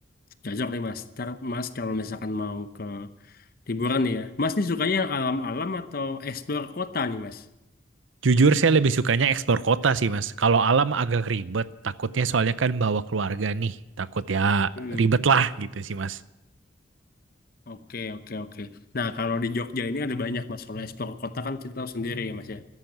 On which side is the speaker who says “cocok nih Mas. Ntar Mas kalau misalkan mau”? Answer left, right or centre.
Left